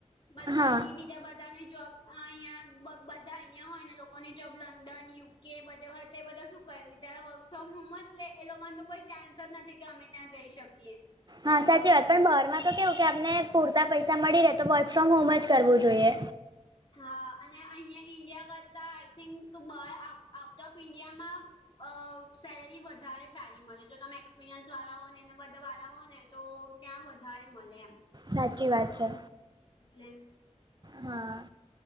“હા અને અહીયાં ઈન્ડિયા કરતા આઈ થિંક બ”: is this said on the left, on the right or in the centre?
Left